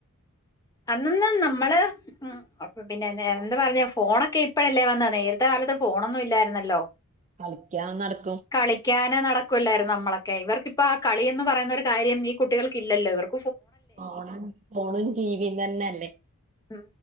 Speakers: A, on the left; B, on the right.
A: അന്നന്ന് നമ്മള് ഉ അപ്പൊ പിന്നെ എന്താ പറഞ്ഞ ഫോണൊക്കെ ഇപ്പഴല്ലേ വന്നേ നേരത്തെ കാലത്ത് ഫോണൊന്നും ഇല്ലായിരുന്നല്ലോ
B: കളിക്കാം നടക്കും
A: കളിക്കാന് നടക്കൂല്ലായിരുന്നു നമ്മളൊക്കെ ഇവർക്കിപ്പോ ആ കളിഎന്നു പറയുന്നതൊരു കാര്യം ഈ കുട്ടികൾക്കില്ലല്ലോ ഇവർക്കു
B: ഫോണും ഫോണും ടീവി തന്നെല്ലേ
A: മ്